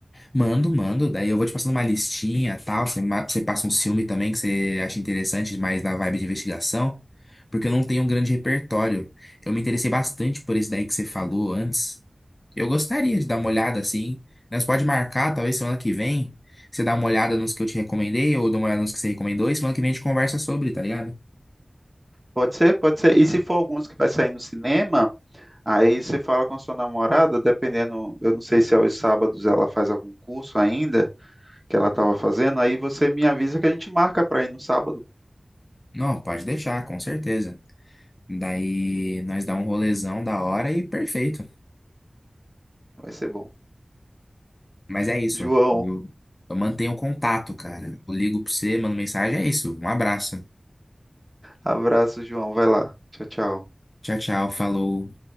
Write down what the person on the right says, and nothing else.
Pode ser, pode ser. E se for alguns que vai sair no cinema, aí você fala com a sua namorada, dependendo, eu não sei se é aos sábados ela faz algum curso ainda, que ela estava fazendo, aí você me avisa que a gente marca para ir no sábado.
Vai ser bom.
João,
abraço, João. Vai lá. Tchau, tchau.